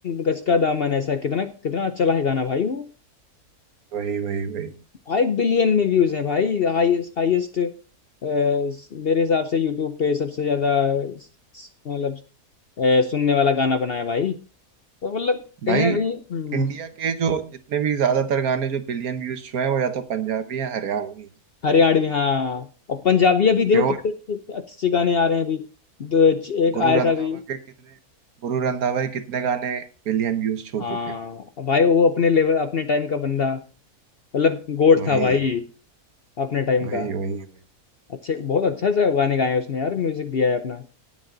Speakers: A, on the left; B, on the right.
A: गज का दामन ऐसा कितना कितना अच्छा है गाना भाई वो
B: वही वही वही
A: फाइव बिलियन में व्यूज है भाई हाईएस्ट हाईएस्ट मेरे हिसाब से यूट्यूब पे सबसे ज्यादा स- स- मतलब अ, सुनने वाला गाना बनाया भाई तो मतलब
B: भाई
A: कहीं ना कहीं हम्म,
B: इंडिया के जो जितने भी ज्यादातर गाने जो बिलियन व्यूज छुए हैं वो या तो पंजाबी हैं हरियाणवी हैं
A: हरियाणवी हाँ और पंजाबी अभी देखो
B: प्योर
A: कितने अच्छे अच्छे गाने आ रहे हैं अभी दो, च- एक
B: गुरु
A: आया
B: रंधावा
A: था अभी
B: के कितने गुरु रंधावा के कितने गाने बिलियन व्यूज छू
A: हाँ
B: चुके हैं
A: भाई वो अपने लेवल अपने टाइम का बंदा मतलब गोट
B: वही
A: था भाई अपने टाइम
B: वही
A: का
B: वही वही
A: अच्छे बहुत अच्छा सा गाने गाए हैं उसने यार म्यूजिक दिया है अपना